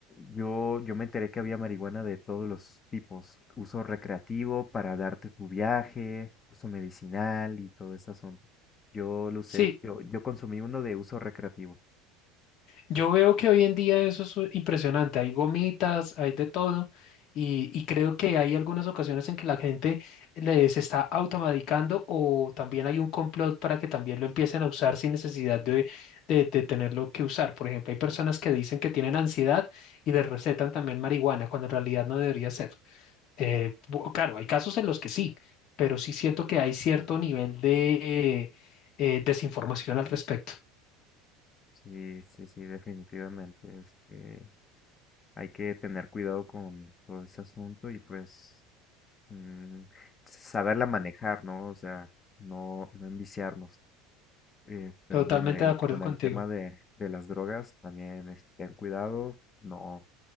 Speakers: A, on the left; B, on the left.
A: yo, yo me enteré que había marihuana de todos los tipos, uso recreativo para darte tu viaje, uso medicinal y todo ese asunto. Yo lo usé,
B: sí,
A: yo, yo consumí uno de uso recreativo.
B: Yo veo que hoy en día eso es u- impresionante. Hay gomitas, hay de todo, y, y creo que hay algunas ocasiones en que la gente le- se está automedicando o también hay un complot para que también lo empiecen a usar sin necesidad de, de, de tenerlo que usar. Por ejemplo, hay personas que dicen que tienen ansiedad y les recetan también marihuana, cuando en realidad no debería ser. Eh, bu- claro, hay casos en los que sí, pero sí siento que hay cierto nivel de eh, desinformación al respecto.
A: Sí, sí, sí, definitivamente. Este, hay que tener cuidado con todo ese asunto y pues mm, saberla manejar, ¿no? O sea, no, no enviciarnos. Eh, pero
B: Totalmente
A: bueno, el,
B: de acuerdo
A: con
B: contigo.
A: el tema de, de las drogas, también es- ten cuidado, no,